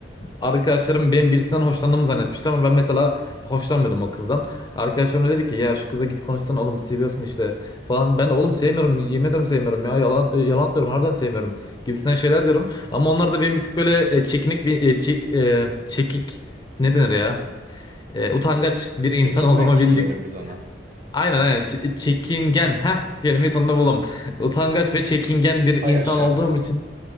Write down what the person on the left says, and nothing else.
arkadaşlarım benim birisinden hoşlandığımı zannetmişti ama ben mesela hoşlanmıyordum o kızdan. Arkadaşlarım da dedi ki ya şu kıza git konuşsan oğlum seviyorsun işte falan. Ben de oğlum sevmiyorum yemin ederim sevmiyorum ya yalan, e, yalan atmıyorum harbiden sevmiyorum gibisinden şeyler diyorum. Ama onlar da benim bir tık böyle e, çekinik bir e, çe- e, çekik ne denir ya? E, utangaç bir insan
olduğumu bildik.
Aynen aynen Ç- çekingen. Heh kelimeyi sonunda buldum. <laughs> Utangaç ve çekingen bir insan
olduğum için